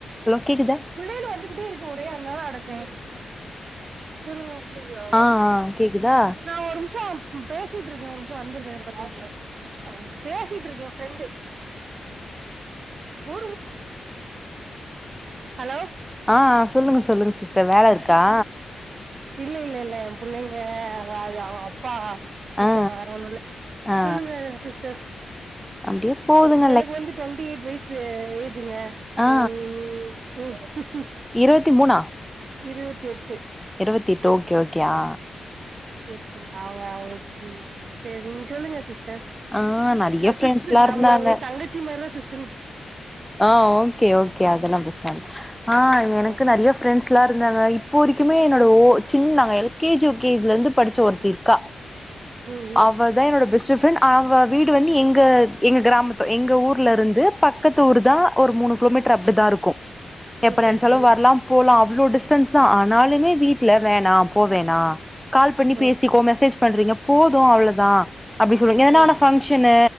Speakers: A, in the centre; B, on the right (about 60°).
A: hello கேக்குதா
B: புள்ளையிலு வந்துகிட்டே இருக்கு ஒரே அதனால அடச்சே சொல்லுங்க
A: ஆ ஆ கேக்குதா
B: நா ஒரு நிம்ஷோ து பேசிட்டு இருக்கே ஒரு நிமிஷோ வந்துருறே ஒரு பத்து நிம்ஷோ பேசிட்டு இருக்கேன் ஃப்ரெண்டு <inaudible> ஹலோ
A: ஆ சொல்லுங்க சொல்லுங்க சிஸ்டர் வேல இருக்கா
B: இல்ல இல்ல இல்ல எ புள்ளைங்க அவ் அவோ அப்பா கூப்டாங்க
A: ஆ ஆ
B: வேரோன்னு இல்ல
A: ஆ
B: சொல்லுங்க சிஸ்டர்
A: அப்டியே போதுங்
B: எனக்கு வந்து ட்வெண்டி எயிட் வயசு ஏஜுங்க ம்
A: ஆ
B: ஹ ஹ் ஹ்
A: இருவத்தி மூணா
B: இருவத்தெட்டு
A: இருவத்தெட்டு ஓகே ஓகே ஆ
B: செர் செர் அவ அவங்களுக் சொல் சரி நீங்க சொல்லுங்க சிஸ் ச
A: ஆ நெறைய
B: நா
A: ஃப்ரெண்ட்ஸ்லா
B: சிஸ் இல்ல நா
A: இருந்தாங்க
B: உங்க வந்து தங்கச்சி மாரிதா சிஸ்
A: ஆ ஓகே ஓகே அதல்லா பிரச்சன இல்ல ஆ எனக்கு
B: ஆ
A: நறய ஃப்ரெண்ட்ஸ்லா இருந்தாங்க இப்போ வரைக்குமே என்னோட ஓ சின்ன நாங்க எல்கேஜி யூகேஜிலேந்து படிச்ச ஒருத்தி இருக்கா
B: ம் ம்
A: அவ தா என்னோட பெஸ்ட்ட் ஃப்ரெண்ட் அவ வீடு வந்து எங்க எங்க கிராமத்து எங்க ஊர்லருந்து பக்கத்து ஊருதா ஒரு மூணு கிலோமீட்டர் அப்டிதா இருக்கும்
B: ம்
A: எப்ப
B: சேரி
A: நன்ச்சாலும்
B: சேரி
A: வரலாம் போலாம் அவ்ளோ டிஸ்டன்ஸ் தா ஆனாலுமே வீட்ல வேணாம் போ வேணாம் கால் பண்ணி
B: ம்
A: பேசிக்கோங்க மெசேஜ் பண்றீங்க போதும் அவ்ளோதா அப்டி சொல்லுங்க என்னான
B: ம் ம்
A: ஃபங்ஷன்